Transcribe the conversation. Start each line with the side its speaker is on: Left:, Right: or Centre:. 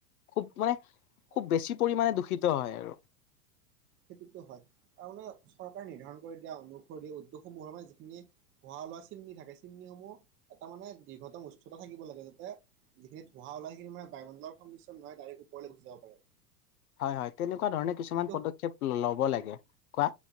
Left: খুব মানে,
Right: অ
Left: খুব বেছি পৰিমাণে দূষিত হয় আৰু।
Right: সেইটোতো হয় তাৰমানে চৰকাৰে নিৰ্ধাৰণ কৰি দিয়া অনুসৰি উদ্যোগসমূহৰ মানে যিখিনি ধোঁৱা ওলোৱা চিমনি থাকে, চিমনিসমূহ এটা মানে দীৰ্ঘতম উচ্চতা থাকিব লাগে যাতে যিখিনি ধোঁৱা ওলাই সেইখিনি মানে বায়ুমণ্ডলত সংমিশ্ৰণ নহৈ ডাইৰেক্ট ওপৰলৈ গুচি যাব পাৰে।
Left: হয়, হয়, তেনেকুৱা ধৰণে কিছুমান
Right: কিন্তু
Left: পদক্ষেপ ল'ব লাগে। কোৱা